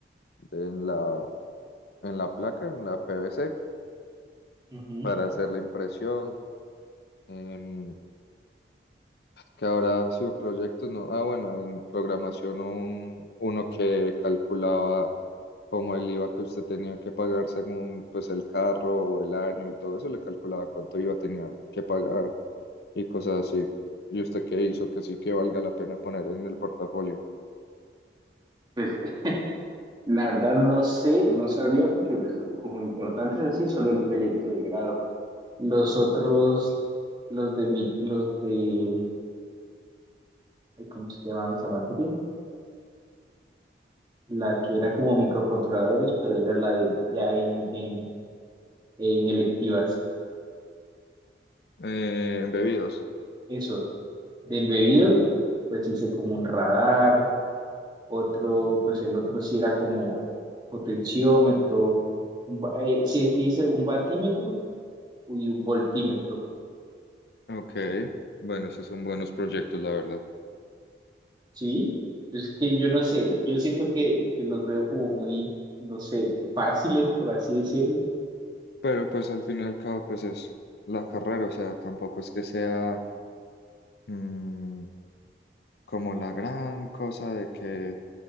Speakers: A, on the left; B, on the right.
A: de en la, en la placa, en la PVC,
B: Ujú.
A: para hacer la impresión. em, que ahora proyectos no. Ah, bueno, en programación un, uno que calculaba como el IVA que usted tenía que pagar según pues el carro o el año y todo eso, le calculaba cuánto IVA tenía que pagar y cosas así. ¿Y usted qué hizo? Que sí que valga la pena poner en el portafolio.
B: Pues la verdad no sé, no sabría porque pues, como importante es así, solo el proyecto de grado. Los otros,
A: <clears throat> Perfecto.
B: los de mi, los de, ay, ¿cómo se llamaba esa materia? La que era como microcontroladores, pero era la de ya en, en, en electivas.
A: Eh, en bebidos.
B: Eso, de embebidos, pues hice como un radar, otro, pues
A: Mm.
B: el otro sí era como potenciómetro, un, ba- eh, sí, el que dice un batímetro y un voltímetro,
A: Ok, bueno, esos son buenos proyectos, la verdad.
B: ¿sí? Pues es que yo no sé, yo siento que, que los veo como muy, no sé, fáciles, por así decirlo,
A: Pero pues al fin y al cabo pues es la carrera, o sea, tampoco es que sea mm, como la gran cosa de que